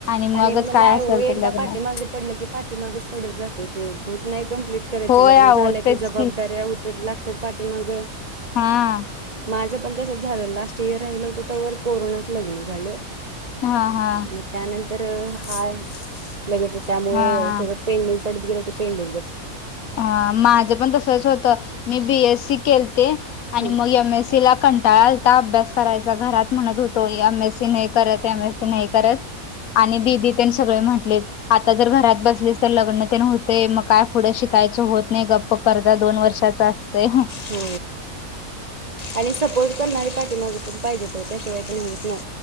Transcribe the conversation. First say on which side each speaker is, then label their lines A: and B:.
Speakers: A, on the left (about 75°); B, on the right (about 30°).
A: मगच
B: आणि मग
A: काय
B: नाही
A: असेल
B: हो एकदा
A: ते लग्न
B: पाटे मांजे पडलं की पाठीमागच पडत जाते ते होत नाही कं्प्लीट करायचं
A: होय
B: लग्न
A: आहो
B: झाल्या
A: तेच
B: की जबाबदाऱ्या लागत पाठी मग
A: हा
B: माझं पण तस झालं लास्ट इयर राहिलं होतं त्यावर कोरोनात लग्न झालं
A: हा हा
B: मग त्यानंतर हार लगेच त्यामुं
A: हा
B: सोत पेनलेल पडत गेलं क पेनले
A: ह माझं पण तसंच होतं मी बीएससी केलते. आणि
B: हम्म.
A: मग एमएससी ला कंटाळा ता अभ्यास करायचा घरात म्हणत होतो एम एस सी नाही करत एम एस सी नाही करत आणि दीदी तेन सगळे म्हंटलीत आता जर घरात बसलीस तर लग्न तेन होतंय मग काय पुढ शि कायच होत नाही गप्प कर जा दोन वर्षाचा असतंय.
B: हो आणि सपोर्ट करणारी पाठीमाग पण पाहिजेत ओ त्याशिवाय पण होत नाही.